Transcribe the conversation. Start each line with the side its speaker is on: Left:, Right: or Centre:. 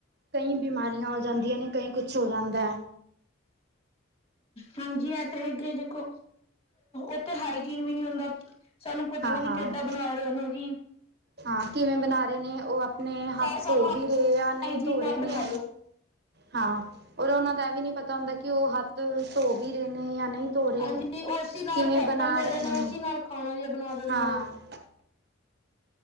Right: ਕਈ ਬਿਮਾਰੀਆਂ ਹੋ ਜਾਂਦੀਆਂ ਨੇ ਕਈ ਕੁਛ ਹੋ ਜਾਂਦਾ ਐ।
Left: ਹਾਂਜੀ, ਇਹ ਤੇ ਹੈਗੇ ਦੇਖੋ ਉਥੇ ਹਾਈਜੀਨ ਵੀ ਨੀਂ ਹੁੰਦਾ ਸਾਨੂੰ ਪਤਾ
Right: ਹਾਂ-ਹਾਂ
Left: ਵੀ ਨੀ ਕਿਡਾ ਬਣਾ ਰਹੇ ਨੇ ਜੀ।
Right: ਹਾਂ ਕਿਵੇਂ ਬਣਾ ਰਹੇ ਨੇ ਉਹ ਅਪ- ਨੇ ਹੱਥ
Left: ਘਰ ਸਾਨੂੰ
Right: ਧੋ ਵੀ ਰਹੇ ਆ
Left: ਹਾਈਜੀਨ
Right: ਨਹੀਂ ਧੋ
Left: ਨਾਲ
Right: ਰਹੇ ਨੇ
Left: ਬਣਾ
Right: ਹਾਂ ਓਰ ਉਹਨਾਂ ਦਾ ਇਹ ਵੀ ਨਹੀਂ ਪਤਾ ਹੁੰਦਾ ਕਿ ਉਹ ਹੱਥ ਧੋ ਵੀ ਰਹੇ ਨੇ ਜਾਂ ਨਹੀਂ ਥੋਰੇ
Left: ਹਾਂਜੀ ਉਸੀ ਨਾਲ
Right: ਕਿਵੇਂ
Left: ਬਰਤਨ
Right: ਬਣਾ
Left: ਧੋ
Right: ਰਹੇ ਨੇ
Left: ਉਸੀ ਨਾਲ ਖਾਣਾ ਜਿਹਾ ਬਣਾ ਦਿੰਦੇ
Right: ਹਾਂ
Left: ਨੇ